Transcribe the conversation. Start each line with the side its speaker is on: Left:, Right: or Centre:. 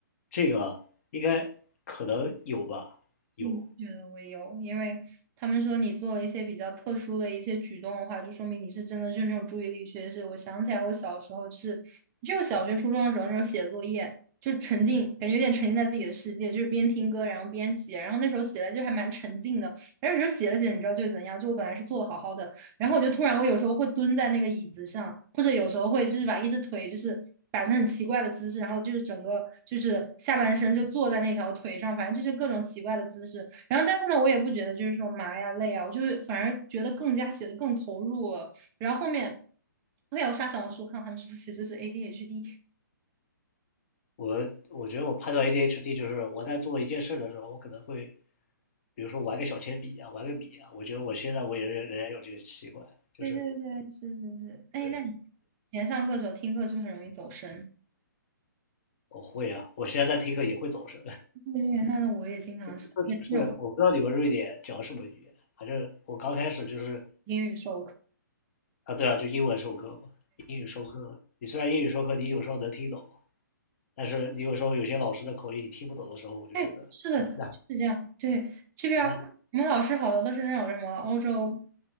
Left: 这个应该可能有吧，有。
Right: 就觉得我有，因为他们说你做了一些比较特殊的一些举动的话，就说明你是真的就是那种注意力缺失。我想起来，我小时候就是就我小学、初中的时候那种写作业，就沉浸，感觉有点沉浸在自己的世界，就是边听歌然后边写，然后那时候写的就还蛮沉浸的。然后有时候写着写着，你知道就会怎样？就我本来是做的好好的，然后我就突然，我有时候会蹲在那个椅子上，或者有时候会就是把一只腿就是摆成很奇怪的姿势，然后就是整个就是下半身就坐在那条腿上，反正就是各种奇怪的姿势。然后但是呢，我也不觉得就是说麻呀累啊，我就会反而觉得更加写的更投入了。然后后面后面我有刷小红书看他们说其实是 ADHD，
Left: 我我觉得我判断 ADHD 就是我在做一件事的时候，我可能会，比如说玩个小铅笔啊，玩个笔啊。我觉得我现在我也仍然有这个习惯，就是
Right: 对对对，是是是。哎，
Left: 对
Right: 那你以前上课的时候听课是不是很容易走神？
Left: 我会啊，我现在在听课也会走神。
Right: 对对，那那我也经常是那种
Left: <laughs> 就是我不知道你们瑞典讲什么语言，反正我刚开始就是。
Right: 英语授课。
Left: 啊，对啊，就英文授课嘛，英语授课，你虽然英语授课你有时候能听懂，但是你有时候有些老师的口音你听不懂的时候，我就觉得那那
Right: 对，是的，就是这样。对，这边儿我们老师好多都是那种什么欧洲
Left: 那